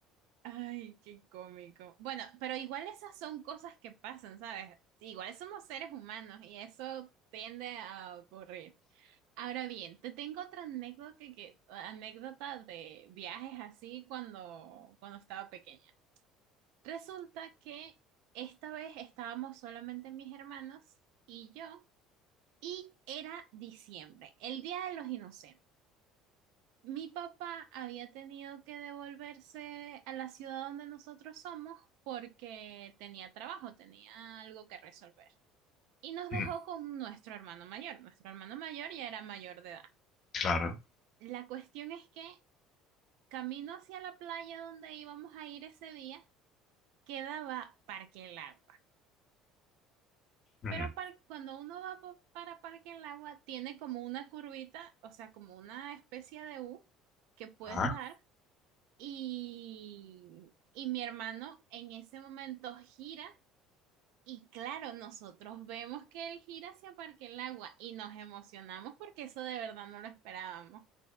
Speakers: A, on the right; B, on the left.
A: Ay, qué cómico. Bueno, pero igual esas son cosas que pasan, ¿sabes? Igual somos seres humanos y eso tiende a ocurrir. Ahora bien, te tengo otra anécdota que, que- anécdota de viajes así cuando, cuando estaba pequeña. Resulta que esta vez estábamos solamente mis hermanos y yo, y era diciembre, el Día de los Inocentes. Mi papá había tenido que devolverse a la ciudad donde nosotros somos porque tenía trabajo, tenía algo que resolver. Y nos dejó
B: Mm,
A: con nuestro hermano mayor. Nuestro hermano mayor ya era mayor de edad.
B: Claro.
A: La cuestión es que camino hacia la playa donde íbamos a ir ese día, quedaba Parque Lago.
B: Ujú.
A: Pero par- cuando uno va pa- para Parque El Agua, tiene como una curvita, o sea, como una especie de U que puedes
B: Ah,
A: dar. Y, y mi hermano en ese momento gira. Y claro, nosotros vemos que él gira hacia Parque El Agua y nos emocionamos porque eso de verdad no lo esperábamos.